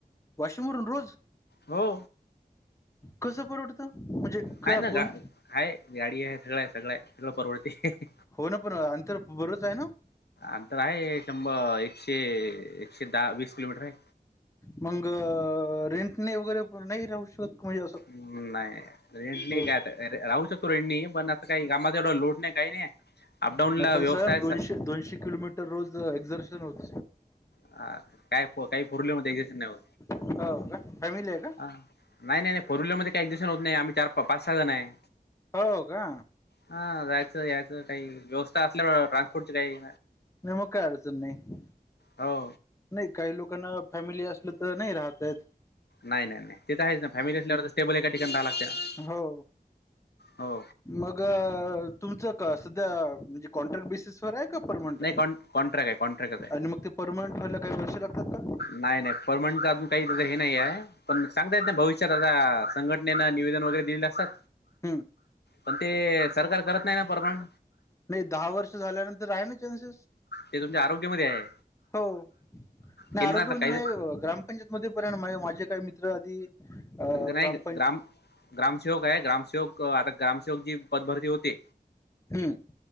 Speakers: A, on the left; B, on the left.
A: वाशमरून रोज
B: हो.
A: कस परवडत म्हणजे क
B: ह ना
A: कोण
B: गा हय गाडी आहे सगळं आहे सगळं सगळं परवडते.
A: हो ना पण अंतर बरच आहे ना.
B: अंतर आहे शंभर एकशे एकशे दहा वीस किलोमीटर आहे.
A: मग रेंटने वगैरे हो नाही राू शोतक म्हज अस
B: नाही रेंटनी
A: हो.
B: काय राहू शकतो रेडणी पण आता काही कामाचा एवढा लोड नाही काही नाही. अपडाऊन
A: नाही
B: ला
A: पण
B: व्यवस्था
A: सर
B: आहे
A: दोनशे दोनशे किलोमीटर रोज एक्झर्शन होत.
B: ह काय काही फोरले मस नाही.
A: हो का फॅमिली आहे का?
B: हा नाही नाही नाही फोरविलर मध्ये काहीक् दिशन होत नाही आम्ही चार पाच सहा जण आहे.
A: हो का?
B: हा त्याच याच काही व्यवस्था असल्यावर ट्रान्सपोर्टची काही
A: मी मुका आडच नाही.
B: हो.
A: नाही काही लोकांना फॅमिली असलं तर नाही राहतयत.
B: नाही नाही नाही ते त आहेचन फॅमिली असल्यावर स्टेबल एकाच ठिकाणी राहायला लागते ना.
A: हो.
B: हो.
A: मग तुमचं का सध्या म्हणजे कॉन्ट्रॅक्ट बेसिस वर आहे. परमनंट
B: नाही
A: आहे
B: कॉन् कॉन्ट्रॅक्ट आहे कॉन्ट्रॅक्टच आहे.
A: आणि मग ते परमनंट व्हायला काही वर्ष लागतात का?
B: नाही नाही परमनंटच अजून काही त्याचं हे नाही आहे. पण सांगतायेत ना भविष्यात आता संघटनेनं निवेदन वगैरे दिले असतात.
A: हम्म
B: पण ते सरकार करत नाही ना परमाड
A: नाही दहा वर्ष झाल्यानंतर आहे ना चान्सेस.
B: ते तुमच्या आरोग्यामध्ये आहे
A: हो नाही
B: केली
A: आरोग्य
B: ना आता
A: म्हण
B: काही
A: नाही ग्राम पंचायत म पर्यंत माझे काही मित्र आधी अ
B: नाही
A: ग्रामपंच
B: ग्राम ग्रामसेवक आहे ग्रामसेवक आता ग्रामसेवक जी पदभरती होते.
A: हम्म